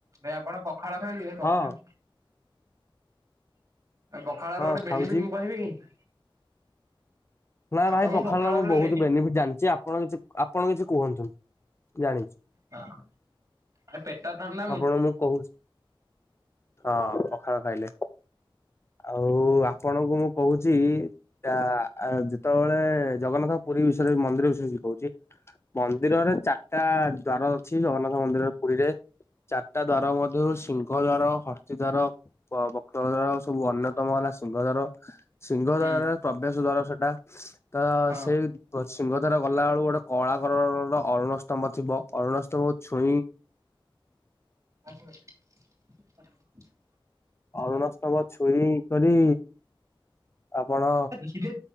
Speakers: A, on the right (about 35°); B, on the left (about 30°).
A: ଭାଇ ଆପଣ ପଖାଳ ଖାଆନ୍ତି ଭାଇ ପଖାଳ
B: ହଁ
A: ପଖାଳ
B: ହଁ
A: ର ଗୋଟେ
B: ଖାଉଛି
A: ବେନିଫିଟ ମୁଁ କହିବି କି?
B: ନା ଭାଇ
A: ଆପଣଙ୍କୁ
B: ପଖାଳ
A: ପଖାଳର
B: ମୁଁ
A: ଗୋଟେ
B: ବହୁତ ବେନିଫିଟ ଜାଣିଛି ଆପଣ କିଛି ଆପଣ କିଛି କୁହନ୍ତୁନି ଜାଣିଛି।
A: ହଁ। ଆ ପେଟା ତମ
B: ଆପଣ ମୁଁ କହୁଛି ହଁ ପଖାଳ ଖାଇଲେ। ଆଉ ଆପଣଙ୍କୁ ମୁଁ କହୁଛି ଯେତେବେଳେ ଜଗନ୍ନାଥ ପୁରୀ ବିଷୟରେ ମନ୍ଦିର ବିଷୟରେ ଶିଖଉଛି ମନ୍ଦିରରେ ଚାରିଟା ଦ୍ଵାର ଅଛି ଜଗନ୍ନାଥ ମନ୍ଦିର ପୁରୀରେ। ଚାରଟା ଦ୍ୱାର ମଧ୍ୟରୁ ସିଂହ ଦ୍ୱାର ହର୍ସ୍ଥି ଦ୍ଵାର ପ ବକ ଧର ସବୁ ଅନ୍ୟତମ ହେଲା ସିଂହ ଦ୍ୱାର। ସିଂହ ଦ୍ୱାରରେ
A: ହୁଁ
B: ପ୍ରବେଶ ଦ୍ଵାର ସେଟା ତ
A: ହଁ।
B: ସେଇ ସିଂହଦାର ଗଲା ବେଳକୁ ଗୋଟେ କଳାକଲରର ଅରୁଣ ସ୍ତମ୍ବ ଥିବ ଅରୁଣ ସ୍ତମ୍ବକୁ ଛୁଇଁ
A: ଆଛି ବାସି। <inaudible>
B: ଅରୁଣ ସ୍ତମ୍ବ ଛୁଇଁ କରି ଆପଣ
A: ଧୀରେ